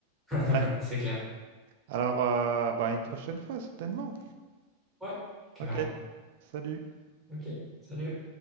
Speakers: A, in the centre; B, on the right.
A: <laughs>
B: Ouais.
A: C'est clair.
B: Alors, euh, bah, à une prochaine fois certainement.
A: Ouais, carrément.
B: Ok, salut.
A: Ok. Salut.